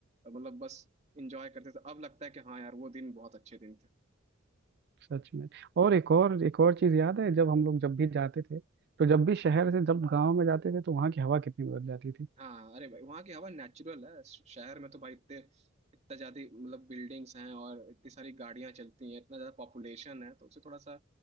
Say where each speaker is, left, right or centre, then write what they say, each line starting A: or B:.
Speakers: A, on the right; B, on the right.
A: मतलब बस इंजॉय करते थे अब लगता है कि हाँ यार वो दिन बहुत अच्छे दिन थे
B: सच में और एक और एक और चीज याद है जब हम लोग जब भी जाते थे तो जब भी शहर से जब गांव में जाते थे तो वहां की हवा कितनी बदल जाती थी
A: हाँ अरे भाई वहाँ की हवा नेचुरल है श- शहर में तो भाई इतने इतना ज्यादा मतलब बिल्डिंग्स हैं और इतनी सारी गाड़ियां चलती हैं इतना ज्यादा पॉपुलेशन है तो उससे थोड़ा सा